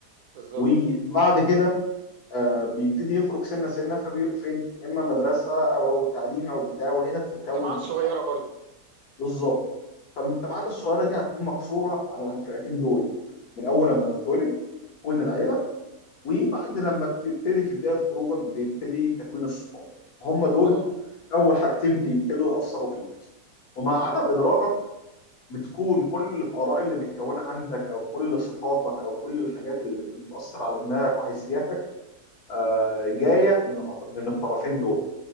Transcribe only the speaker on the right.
بالظبط
مجتمعات
صغيره برضو
مم.
اه
مم.